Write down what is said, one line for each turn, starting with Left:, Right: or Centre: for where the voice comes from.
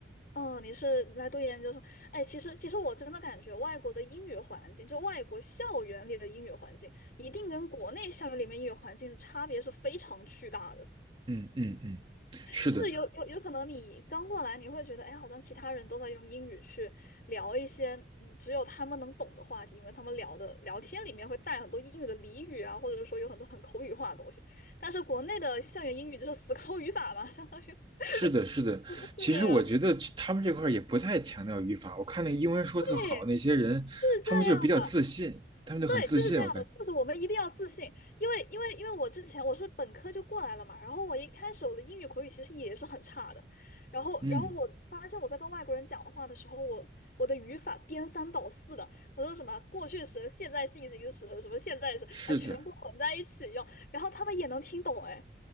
Left: 哦，你是来读研究生？哎，其实其实我真的感觉外国的英语环境，就外国校园里的英语环境，一定跟国内校园里面英语环境是差别是非常巨大的。
Right: 嗯嗯嗯，是的，
Left: 就是有有有可能你刚过来，你会觉得，哎，好像其他人都在用英语去聊一些嗯只有他们能懂的话题，因为他们聊的聊天里面会带很多英语的俚语啊，或者说有很多很口语化的东西。但是国内的校园英语就是死 <laughs> 抠语法嘛，相当于 <laughs>。
Right: 是的，是的。
Left: 对啊，
Right: 其实我觉得这他们这块儿也不太强调语法，我看那个英文说特好那些人，
Left: 对，是这样的。
Right: 他们就是比较自信，他们就很自信，
Left: 对，就是这样的，
Right: 我感觉，
Left: 就是我们一定要自信，因为因为因为我之前我是本科就过来了嘛，然后我一开始我的英语口语其实也是很差的，然后然后我发现我在跟外国人讲话的时候，
Right: 嗯，
Left: 我我的语法颠三倒四的，我说什么过去时、现在进行时、什么现在时啊，
Right: 是的。
Left: 全部混在一起用，然后他们也能听懂，哎，